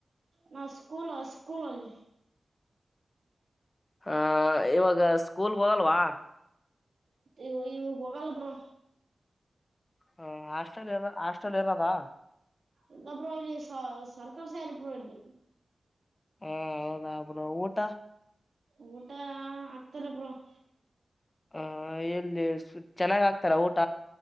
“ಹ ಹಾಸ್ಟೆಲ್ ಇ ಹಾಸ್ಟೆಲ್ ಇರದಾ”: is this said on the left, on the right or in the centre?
Left